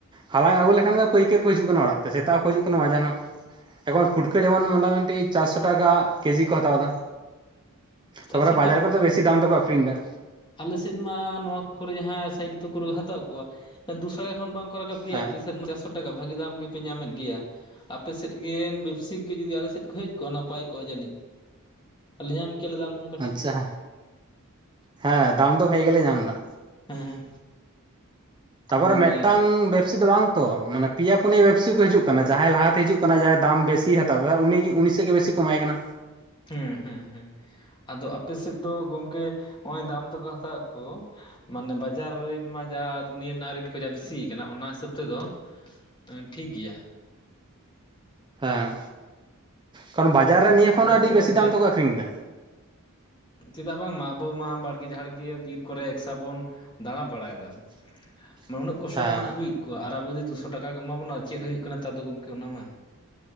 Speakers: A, on the right (about 20°); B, on the left (about 20°).
A: ᱦᱟᱞᱟᱝ ᱟᱹᱜᱩ ᱞᱮᱠᱷᱟᱱ ᱯᱟᱹᱭᱠᱟᱹᱨ ᱠᱚ ᱦᱤᱡᱩᱜ ᱠᱟᱱᱟ ᱚᱲᱟᱜ ᱛᱮ ᱥᱮᱛᱟᱜ ᱠᱚ ᱦᱤᱡᱩᱜ ᱠᱟᱱᱟ ᱢᱟᱡᱟᱱ ᱦᱚᱸ᱾ ᱮᱠᱷᱚᱱ ᱯᱷᱩᱴᱠᱟᱹ ᱡᱮᱢᱚᱱ ᱢᱚᱴᱟᱢᱩᱴᱤ ᱪᱟᱨᱥᱚ ᱴᱟᱠᱟ ᱠᱮᱡᱤ ᱠᱚ ᱦᱟᱛᱟᱣ ᱮᱫᱟ᱾ ᱛᱟᱯᱚᱨᱮ
B: ᱪᱟᱨᱥᱚ
A: ᱵᱟᱡᱟᱨ ᱠᱚᱨᱮ ᱫᱚ ᱵᱮᱥᱤ ᱫᱟᱢ ᱛᱮᱠᱚ ᱟᱠᱷᱨᱤᱧ ᱮᱫᱟ᱾
B: ᱟᱞᱮ ᱥᱮᱫ ᱢᱟ ᱱᱚᱣᱟ ᱠᱚᱨᱮ ᱡᱟᱦᱟᱸ ᱥᱟᱭᱤᱰ ᱟᱛᱩ ᱠᱚᱨᱮ ᱠᱚ ᱦᱟᱛᱟᱣ ᱠᱚᱣᱟ ᱫᱩᱥᱠᱟ ᱠᱷᱚᱱ ᱵᱟᱝ ᱠᱚ ᱨᱟᱠᱟᱵ ᱜᱮᱭᱟ
A: ᱦᱮᱸ
B: ᱟᱯᱮ ᱥᱮᱫ ᱪᱟᱨᱥᱚ ᱴᱟᱠᱟ ᱵᱷᱟᱜᱤ ᱫᱟᱢ ᱜᱮᱯᱮ ᱧᱟᱢᱮᱫ ᱜᱮᱭᱟ᱾ ᱟᱯᱮ ᱥᱮᱫ ᱜᱮ ᱵᱮᱯᱥᱤᱠ ᱜᱮ ᱡᱩᱫᱤ ᱟᱞᱮ ᱥᱮᱫ ᱠᱚ ᱦᱮᱡ ᱠᱚᱜ-ᱟ ᱱᱟᱯᱟᱭ ᱠᱚᱜ-ᱟ ᱡᱟᱹᱱᱤᱡ ᱟᱞᱤᱧ ᱧᱟᱢ ᱠᱮᱭᱟᱞᱮ ᱫᱟᱢ ᱦᱚᱸ ᱠᱟᱹᱴᱤᱡ
A: ᱟᱪᱪᱷᱟ ᱦᱮᱸ ᱫᱟᱢ ᱫᱚ ᱵᱷᱟᱜ ᱜᱮᱞᱮ ᱧᱟᱢ ᱮᱫᱟ ᱾
B: ᱦᱮᱸ
A: ᱛᱟᱯᱚᱨᱮ
B: ᱢᱟᱱᱮ
A: ᱢᱤᱫᱴᱟᱝ ᱵᱮᱯᱥᱤ ᱫᱚ ᱵᱟᱝ ᱛᱚ ᱢᱟᱱᱮ ᱯᱮᱭᱟ ᱯᱩᱱᱭᱟ ᱵᱮᱵᱥᱤ ᱠᱚ ᱦᱤᱡᱩᱜ ᱠᱟᱱᱟ ᱡᱟᱦᱟᱸᱭ ᱞᱟᱦᱟᱛᱮ ᱦᱤᱡᱩᱜ ᱠᱟᱱᱟ ᱡᱟᱦᱟᱸᱭ ᱫᱟᱢ ᱵᱮᱥᱤᱭ ᱦᱟᱛᱟᱣ ᱩᱱᱤ ᱩᱱᱤ ᱥᱮᱫ ᱜᱮ ᱵᱮᱥᱤ ᱠᱚᱢᱟᱭ ᱠᱟᱱᱟ।
B: ᱦᱩᱸ ᱦᱮᱸ ᱦᱮᱸ ᱟᱫᱚ ᱟᱯᱮ ᱥᱮᱫ ᱫᱚ ᱜᱚᱢᱠᱮ ᱱᱚᱜ-ᱚᱭ ᱫᱟᱢ ᱛᱮᱠᱚ ᱦᱟᱛᱟᱣᱮᱫ ᱠᱚ ᱢᱟᱱᱮ ᱵᱟᱡᱟᱨ ᱨᱮᱴ ᱢᱟ ᱡᱟ ᱫᱩᱱᱤᱭᱟᱹ ᱨᱮᱱᱟᱜ ᱨᱮᱴ ᱠᱚ ᱡᱟ ᱵᱮᱥᱤ ᱠᱟᱱᱟ ᱚᱱᱟ ᱦᱤᱥᱟᱹᱵ ᱛᱮᱫᱚ <inaudible> ᱴᱷᱤᱠ ᱜᱮᱭᱟ।
A: ᱦᱮᱸ ᱠᱟᱨᱚᱱ ᱵᱟᱡᱟᱨ ᱨᱮ ᱱᱤᱭᱟᱹ ᱠᱷᱚᱱ
B: ᱪᱮᱫᱟᱜ
A: ᱦᱚᱸ ᱟᱹᱰᱤ ᱵᱮᱥᱤ
B: ᱜᱚᱝᱠᱮ,
A: ᱫᱟᱢ ᱛᱮᱠᱚ ᱟᱠᱷᱨᱤᱧ ᱮᱫᱟ
B: ᱪᱮᱫᱟᱜ ᱵᱟᱝᱢᱟ ᱟᱵᱚ ᱢᱟ ᱵᱟᱲᱜᱮ ᱡᱷᱟᱲᱜᱮ ᱵᱤᱨ ᱠᱚᱨᱮ ᱮᱠᱥᱟ ᱵᱚᱱ ᱫᱟᱬᱟ ᱵᱟᱲᱟᱭᱮᱫᱟ,
A: <inaudible>
B: ᱢᱟᱱᱮ ᱩᱱᱟᱹᱜ ᱠᱚᱥᱴᱚ
A: ᱦᱮᱸ
B: ᱛᱮᱵᱚ ᱟᱹᱜᱩᱭᱮᱫ ᱠᱚᱣᱟ ᱟᱨ ᱟᱵᱚ <unintelligible> ᱫᱩᱥᱚ ᱴᱟᱠᱟ ᱠᱚ ᱮᱢᱟ ᱵᱚᱱᱟ ᱪᱮᱫ ᱦᱩᱭᱩᱜ ᱠᱟᱱᱟ ᱛᱟᱫᱚ ᱜᱚᱢᱠᱮ ᱚᱱᱟ ᱢᱟ।